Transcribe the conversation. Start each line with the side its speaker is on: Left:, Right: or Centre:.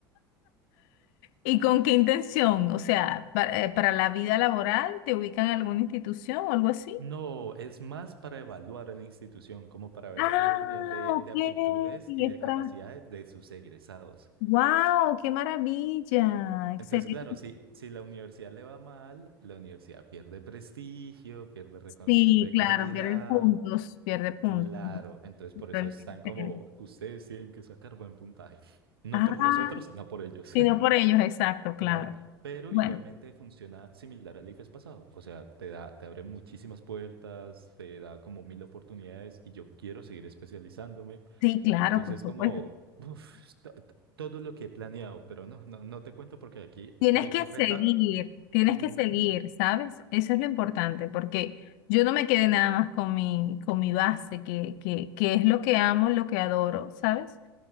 Left: ¿Y con qué intención? O sea, pa- eh, para, la vida laboral, ¿te ubican en alguna institución o algo así?
Right: No, es más para evaluar a la institución, como para ver
Left: Ah,
Right: el nivel de,
Left: ok.
Right: de aptitudes
Left: Y
Right: y de
Left: es para...
Right: capacidades de sus egresados.
Left: ¡Wow! ¡Qué maravilla! Excelente.
Right: Entonces, claro, si, si la universidad le va mal, la universidad pierde prestigio, pierde reconocimiento
Left: Sí,
Right: de
Left: claro,
Right: calidad.
Left: pierde puntos, pierde puntos.
Right: Claro, entonces por
Left: Realmente.
Right: eso están como, ustedes tienen que sacar buen puntaje. No
Left: Ah,
Right: por nosotros, sino por ellos.
Left: sino por ellos, exacto, claro.
Right: Claro, pero
Left: Bueno,
Right: igualmente funciona similar al IFES pasado, o sea, te da, te abre muchísimas puertas, te da como mil oportunidades y yo quiero seguir especializándome,
Left: sí, claro,
Right: entonces
Left: por supuesto.
Right: es como uf, to- to- todo lo que he planeado, pero no, no, no te cuento porque aquí
Left: Tienes
Right: doy
Left: que
Right: carreta.
Left: seguir, tienes
Right: Ujú,
Left: que seguir, ¿sabes? Eso es lo importante, porque yo no me quedé nada más con mi, con mi base, que, que, que es lo que amo, lo que adoro, ¿sabes?